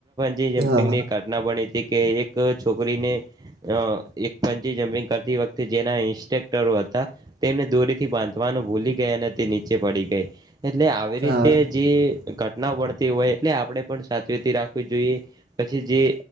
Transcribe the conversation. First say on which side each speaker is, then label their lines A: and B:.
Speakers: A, on the right (about 20°); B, on the right (about 60°).
A: જે જમ્પિંગની
B: હા હા
A: ઘટના બની તી કે એક છોકરીને અ એક પંચી જમ્પિંગ કરતી વખતે જેના ઇન્સ્ટેક હતા તેમને દોરીથી બાંધવાનું ભૂલી ગયા અને તે નીચે પડી ગઈ. એટલે આવી
B: હા
A: રીતે જે ઘટના બણતી હોય એટલે આપણેે પણ સાચવીતી રાખવી જોઈએ. પછી જે